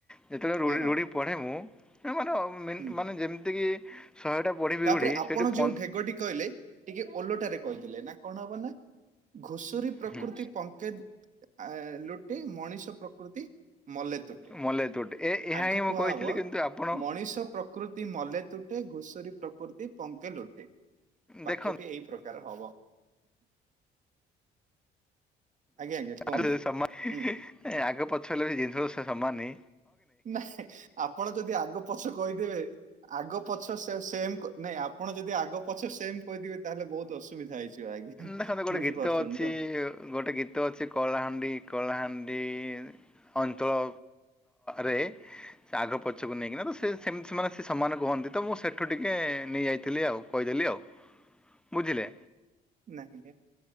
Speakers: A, in the centre; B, on the right.
A: ଯେତେବେଳେ ରୁ
B: ହଁ ହଁ
A: ରୂଢ଼ି ପଢ଼େ ମୁୁ ମାନେ ମେ
B: ହୁଁ
A: ମାନେ ଯେମିତିକି ଶହେଟା ପଢ଼ିବି
B: ତାପରେ
A: ବିରଢ଼ି
B: ଆପଣ
A: ସେଇଠୁ ପଁ
B: ଯୋଉ ଢେଗଟି କହିଲେ, ଟିକେ ଓଲଟା ରେ କହିଦେଲେ। ନା କଣ ହବ ନା ଘୁଷୁରୀ ପ୍ରକୃତି
A: ହୁଁ।
B: ପଙ୍କେ ଆ ଲୁଟେ ମଣିଷ ପ୍ର ପ୍ରକୃତି ମଲେ ତୁଟେ।
A: ମଲେ ତୁଟ ଏ ଏହା
B: ଆଗ
A: ହିଁ ମୁଁ
B: କୁହାହବ
A: କହିଥିଲି କିନ୍ତୁ ଆପଣ
B: ମଣିଷ ପ୍ର ପ୍ରକୃତି ମଲେ ତୁଟେ। ଘୁଷୁରୀ ପ୍ରକୃତି ପଙ୍କେ ଲୁଟେ। ବାକ୍ୟଟି
A: ଦେଖନ୍ତୁ
B: ଏଇ ପ୍ରକୃ କାର ହବ। ଆଜ୍ଞା ଆଜ୍ଞା କୁହନ୍ତୁ।
A: ନ୍ତୁ ସମାନ
B: ହୁଁ
A: ଆଗ ପଛ ହେଲେ ବି ଜିନିଷ ସବୁ ସମାନେ
B: ନାଇଁ ଆପଣ ଯଦି ଆଗ ପଛ କହିଦେବେ, ଆଗ ପଛ ସେ ସେମ୍ କ ନାଇଁ ଆପଣ ଯଦି ଆଗ ପଛେ ସେମ୍ କହିଦେବେ। ତାହେଲେ ବହୁତ ଅସୁବିଧା ହେଇଯିବ, ଆଜ୍ଞା।
A: ଦେଖନ୍ତୁ, ଗୋଟେ
B: ବୁଝିପାରୁଛନ୍ତି
A: ଗୀତ ଅଛି
B: ତ?
A: ଗୋଟେ ଗୀତ ଅଛି। କଳାହାଣ୍ଡି କଳାହାଣ୍ଡି ଅଞ୍ଚଳ ରେ ସେ ଆଗ ପଛକୁ ନେଇକିନା ତ ସେ ସେମିତି ସେ ମାନେ ସେ ସମାନ ରୁହନ୍ତି। ତ ମୁଁ ସେଠୁ ଟିକେ ନେଇ ଆଇଥିଲି ଆଉ। କହିଦେଲି ଆଉ। ବୁଝିଲେ?
B: ନାଇଁ ନାଇଁ,